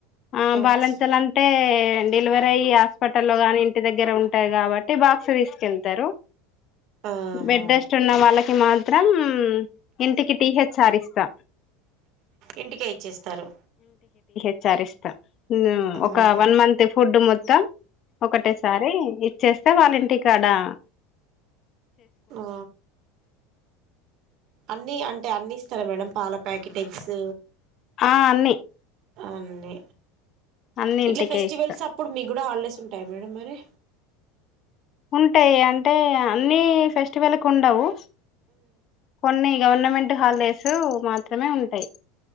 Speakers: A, on the left (about 40°); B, on the right (about 50°).
A: ఆ
B: అచ్చా
A: బాలంతాలంటే డెలివరీ అయ్యి ట్టల్లో గాని ఇంటి దగ్గర ఉంటాయి కాబట్టి బాక్స్ తీసుకెళ్తారు
B: ఆహా
A: బెడ్ రెస్ట్ ఉన్న వాళ్ళకి మాత్రం ఇంటికి టీహెచ్ ఆరిస్తా
B: ఇంటికే ఇచ్చేస్తారు
A: విచారిస్తాం
B: ఆహా
A: ఒక వన్ మంత్ ఫుడ్ మొత్తం ఒకటేసారి ఇచ్చేస్తే వాళ్ళంటికాడా
B: ఆ అన్ని అంటే అన్ని ఇస్తారా మేడం పాల ప్యాకెట్ ఎగ్స్
A: ఆ అన్ని
B: ఆ అన్నీ
A: అన్ని ఇంటికే
B: ఇట్లా ఫెస్టివల్స్
A: ఇస్తా
B: అప్పుడు మీకు కూడా హాలిడేస్ ఉంటాయా మేడం మరి
A: ఉంటాయి అంటే అన్ని ఫెస్టివల్ కి ఉండవు కొన్ని గవర్నమెంట్ హాలిడేస్ మాత్రమే ఉంటాయి